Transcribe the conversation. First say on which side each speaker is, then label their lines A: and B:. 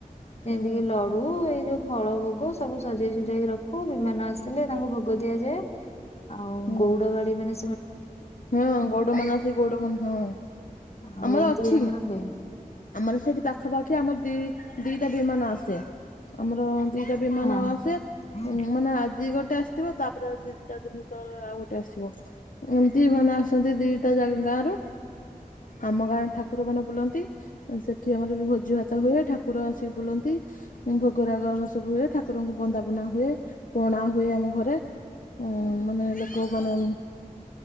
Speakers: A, on the left; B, on the left.
A: ଯେମତିକିି
B: ହୁଁ
A: ଲଡୁ ହଉ ଏଇ ଯୋଉ ଫଳ ଭୋଗ ସବୁ ସଜେଇ ସୁଜେଇକି ରଖିଥାଉ। ଖୁବ ବିମାନ ଆସିଥିଲେ ତାଙ୍କୁ ଭୋଗ ଦିଆଯାଏ ଆଉ
B: ହୁଁ
A: ଗଉଡ ବାଡିମାନେ
B: ହଁ ଗଉଡମାନେ ଆସିକି ଗଉଡ ହଁ
A: ଆଉ
B: ଆମର
A: ଏମିତି
B: ଅଛି।
A: ହୁଏ
B: ଆମର ସେଇଠି ପାଖାପାଖି ଆମର ଦି ଦିଟା ବିମାନ ଆସେ ଆମର ଦିଇଟା ବିମାନ
A: ହଁ
B: ଆସେ
A: ହଁ
B: ମାନେ ଆଜି ଗୋଟେ ଆସିଥିବ ତାପରେ ଦିଇ ଚାରି ଦିନ। ଆଉ ଗୋଟେ ଆସିବ ଏମତି ମାନେ ଆସନ୍ତି ଦିଟା ଜାଗା ଗାଁରୁ। ଆମ ଗାଁ ଠାକୁର ମାନେ ବୁଲନ୍ତି। ସେଠି ଆମର ବି ଭୋଜି ଭାତ ହୁଏ ଠାକୁର ଆସିକି ବୁଲନ୍ତି। ଭୋଗରାଗ ଆମର ସବୁ ହୁଏ ଠାକୁରଙ୍କୁ ବନ୍ଦାପନା ହୁଏ ପଣା ହୁଏ ଆମ ଘରେ। ଉଁ ମାନେ ଲୋକ ମାନେ